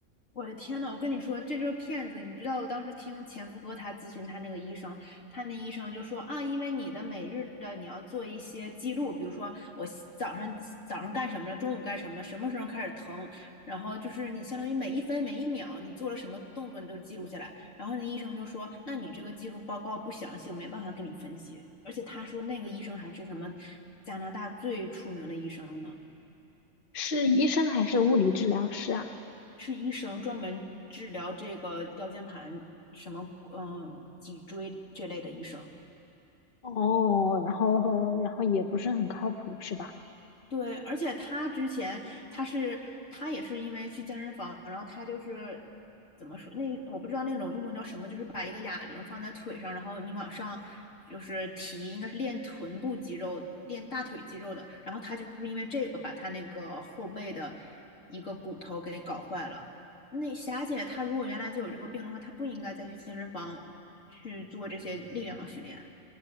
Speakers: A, on the left; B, on the left.
A: 我的天呐，我跟你说，这就是骗子！你知道我当时听前夫哥他咨询他那个医生，他那医生就说啊，因为你的每日的你要做一些记录，比如说我西早上早上干什么了，中午干什么了，什么时候开始疼，然后就是你相当于每一分每一秒你做了什么动作，你都记录下来。然后那医生就说，那你这个记录报告不详细，我没办法给你分析。而且他说那个医生还是什么加拿大最出名的医生呢。
B: 是医生还是物理治疗师啊？
A: 是医生专门治疗这个腰间盘什么嗯脊椎这类的医生。
B: 哦，然后然后也不是很靠谱，是吧？
A: 对，而且他之前他是他也是因为去健身房，然后他就是怎么说那我不知道那种运动叫什么，就是把一个哑铃放在腿上，然后你往上就是提，应该是练臀部肌肉、练大腿肌肉的。然后他就是因为这个把他那个后背的一个骨头给搞坏了。那霞姐她如果原来就有这个病的话，她不应该再去健身房去做这些力量训练。